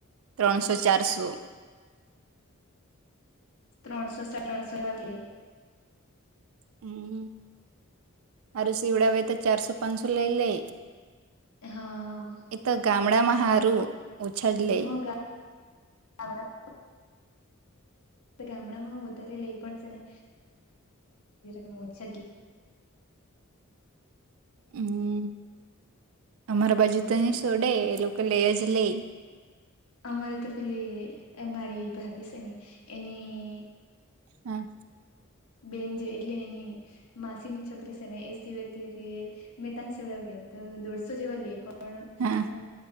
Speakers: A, on the right; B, on the left.
A: ત્રણસો ચારસો
B: ત્રણસો સા ત્રણસો એવા તો લેય
A: હમ અરે શિવડાવે તો ચારસો પાંચસો લઈ લે
B: હા.
A: એ તો ગામડામાં હારું ઓછા જ લે
B: હા <unintelligible> ગામડામાં હો વધારે લઈ પણ છે ને <unintelligible>
A: હમ અમારા બાજુ
B: ઓળખી
A: તોની સોડે એ લોકો લે જ લે
B: અમારે તો પેલી મારી ભાભી છે ને એની
A: હા.
B: બેન જે એટલે એની માસી ની છોકરી છે ને એ સિવે ત્યારે મેતા જ સેવડાવ ને તો દોઢસો જેવા લઈ પણ
A: હા
B: પણ